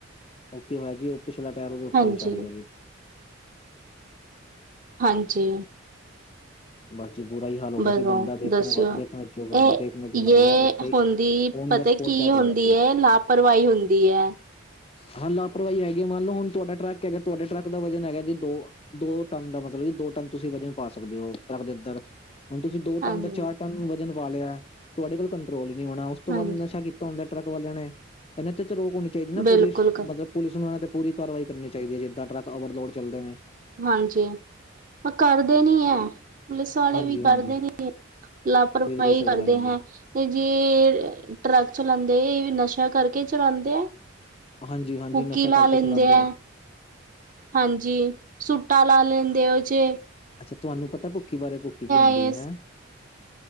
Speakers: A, on the left; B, on the right.
A: ਉਹਓ ਕੀ ਹੋਇਆ ਜੀ ਉਹ ਪਿਛਲਾ ਟਾਇਰ ਉਹਦੇ ਉੱਪਰ
B: ਹਾਂਜੀ
A: ਹੀ ਚੜ ਗਿਆ ਜੀ।
B: ਹਾਂਜੀ।
A: ਬਸ ਜੀ ਬੁਰਾ ਹੀ ਹਾਲ ਹੋ ਗਿਆ
B: ਬਗਾਓ
A: ਸੀ ਬੰਦਾ ਦੇਖਣ
B: ਦੱਸਿਓ
A: ਵ ਦੇਖਣ ਯਗਾ
B: ਇਹ
A: ਦੇਖਣੇ ਯੋ
B: ਯੇ
A: ਉੱਥੇ ਹੀ।
B: ਹੁੰਦੀ
A: ਓਨ
B: ਪਤਾ
A: ਦਾ ਸਪੋਟ
B: ਕੀ
A: ਡੈਡ
B: ਹੁੰਦੀ
A: ਹੋ ਗਿਆ ਸੀ।
B: ਹੈ ਲਾਪਰਵਾਹੀ ਹੁੰਦੀ ਹੈ
A: ਹਾਂ ਲਾਪਰਵਾਹੀ ਹੈਗੀ ਹੈ ਮੰਨ ਲਓ ਹੁਣ, ਤੁਹਾਡਾ ਟਰੱਕ ਹੈਗਾ ਤੁਹਾਡੇ ਟਰੱਕ ਦਾ ਵਜਨ ਹੈਗਾ ਜੀ ਦੋ ਦੋ ਟਨ ਦਾ ਮਤਲਬ ਕਿ ਦੋ ਟਨ ਤੁਸੀਂ ਵਜਨ ਪਾ ਸਕਦੇ ਹੋ। ਰੱਖ ਇਧਰ, ਹੁਣ ਤੁਸੀਂ ਦੋ
B: ਹਾਂਜੀ
A: ਟਨ ਦਾ ਚਾਰ ਟਨ, ਵਜਨ ਪਾ ਲਿਆ ਤੁਹਾਡੇ ਕੋਲ ਕੰਟਰੋਲ ਹੀ ਨਹੀਂ ਹੋਣਾ। ਉਸ ਤੋਂ
B: ਹਾਂਜੀ
A: ਬਾਅਦ ਨਸ਼ਾ ਕੀਤਾ ਹੁੰਦਾ ਟਰੱਕ ਵਾਲਿਆਂ ਨੇ, ਇਹਨਾਂ ਤੇ ਤਾਂ ਰੋਕ ਹੋਣੀ ਚਾਹੀਦੀ ਨਾ ਪੂਰੀ
B: ਬਿਲਕੁਲ
A: ਮਤਲਬ। ਪੁਲਿਸ ਨੂੰ ਇਹਨਾਂ ਤੇ ਪੂਰੀ ਕਾਰਵਾਈ ਕਰਨੀ ਚਾਹੀਦੀ ਹੈ ਜਿੱਦਾਂ ਟਰੱਕ ਅਵਰ ਦੌੜ ਚੱਲਦੇ ਨੇ।
B: ਹਾਂਜੀ। ਮੈਂ ਕਰਦੇ ਨੀ ਹੈ। ਪੁਲਿਸ ਵਾਲੇ
A: ਹਾਂਜੀ
B: ਵੀ
A: ਹਾਂਜੀ
B: ਕਰਦੇ ਨੇ ਲਾਪਰਵਾਹੀ
A: ਬਿਲਕੁਲ ਸਹੀ
B: ਕਰਦੇ
A: ਗੱਲ ਜੀ
B: ਹੈ। ਇਹ ਜੇ, ਟਰੱਕ ਚਲਾਉਂਦੇ ਆ ਨਸ਼ਿਆਂ ਕਰਕੇ ਚਲਾਉਂਦੇ ਆ।
A: ਹਾਂਜੀ ਹਾਂਜੀ
B: ਪੁਕੀ
A: ਨਸ਼ਾ
B: ਲਾ
A: ਕਰਕੇ
B: ਲੈਂਦੇ
A: ਚਲਾਉਂਦੇ
B: ਆ। ਹਾਂਜੀ। ਸੂਟਾ ਲਾ ਲੈਂਦੇ ਹੋ ਜੀ।
A: ਅੱਛਾ ਤੁਹਾਨੂੰ ਪਤਾ ਭੁੱਕੀ ਬਾਰੇ ਭੁੱਕੀ ਕੀ ਹੁੰਦੀ
B: ਇਹ
A: ਹੈਂ।